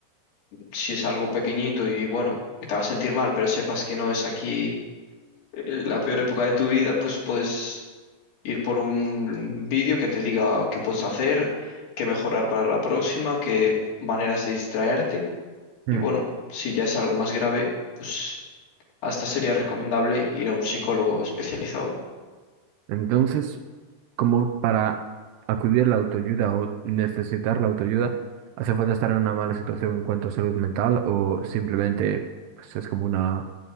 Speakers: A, on the left; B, on the right.
A: Si es algo pequeñito y bueno, que te vas a sentir mal, pero sepas que no es aquí eh, la peor época de tu vida, pues puedes ir por un vídeo que te diga qué puedes hacer, qué mejorar para la próxima, qué maneras de distraerte.
B: Mm.
A: Y bueno, si ya es algo más grave, pues hasta sería recomendable ir a un psicólogo especializado.
B: Entonces... como para acudir a la autoayuda o necesitar la autoayuda, hace falta estar en una mala situación en cuanto a salud mental o simplemente pues, es como una